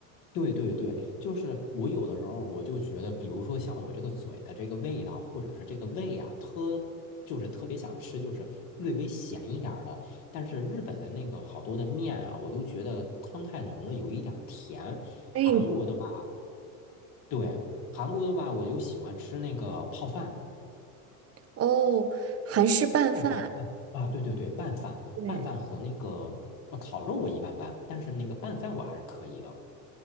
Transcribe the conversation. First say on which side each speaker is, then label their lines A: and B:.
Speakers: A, on the left; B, on the right.
A: 对对对，就是我有的时候我就觉得，比如说像我这个嘴的这个味道，或者是这个胃啊，特就是特别想吃，就是略微咸一点儿的。但是日本的那个好多的面啊，我就觉得汤太浓了，有一点儿甜。
B: 哎，
A: 韩国的吧，对，韩国的吧，我就喜欢吃那个泡饭，
B: 哦，韩式拌饭，
A: 拌饭拌啊，对对对，拌饭拌饭和那个呃烤肉我一般般，
B: 对
A: 但是那个拌饭我还是可以的。